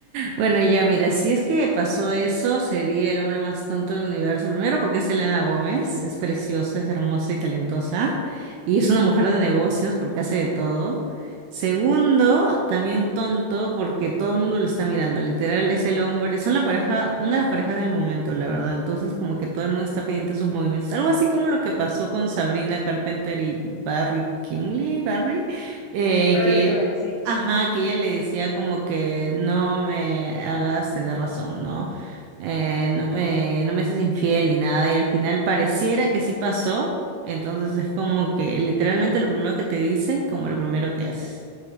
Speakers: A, on the right (about 80°); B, on the left (about 70°).
A: Bueno, ya mira, si es que pasó eso, sería el hombre más tonto del universo. Primero porque es Elena Gómez, es preciosa,
B: Pe-
A: es hermosa y talentosa. Y es una mujer de negocios porque hace de todo. Segundo, también tonto porque todo el mundo lo está mirando. Literal, es el hombre, son la pareja, una de las parejas del momento, la verdad. Entonces, como que todo el mundo está pendiente de sus movimientos. Algo así como lo que pasó con Sabrina Carpenter y Barry Kingley, Barry, eh,
B: Perry
A: que
B: Kyung en sí,
A: Ajá, que ella le decía como que no me hagas tener razón, ¿no? Eh, no, eh, no me haces infiel ni nada, y al final pareciera que sí pasó, entonces es como que literalmente lo primero que te dicen, como lo primero que haces.